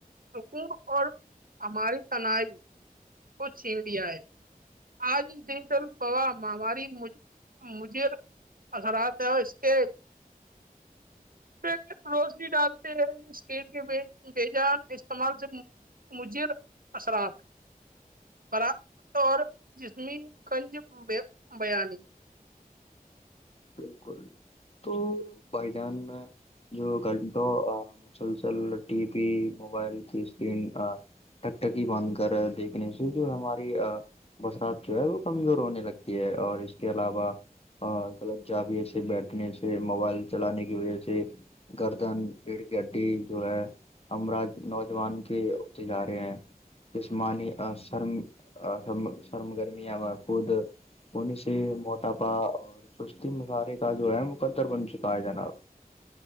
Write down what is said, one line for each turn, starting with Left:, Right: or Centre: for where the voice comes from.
Right: سکون اور ہماری تنائی کو چھین لیا ہے آج ڈجیٹل گاہ ہماری مھے اثرات ہے اور اس کے پ روشنی ڈالتے ہیں اسکن کے بیجان استعمال سے مجر اثرات بر اور جسمی کنج بیانی
Left: بالکل تو بھائی جان جو گھنٹوں مسلسل ٹی وی موبائل کی اسکرین ٹکٹکی بند کر دیکھنے سے جو ہماری برسات جو ہے وہ کمزور ہونے لگتی ہے اور اس کے علاوہ غلط جاویے سے بیٹھنے سے موبائل چلانے کی وجہ سے گردن پڑ کی اڈی جو ہے ارا نوجوان کے ہوتے جا رہے ہیں جسمانی سرم سرم گرمیاں م خود ہونے سے موٹاپا اور مخارے کا جو ہے مقدر بن چکا ہے جناب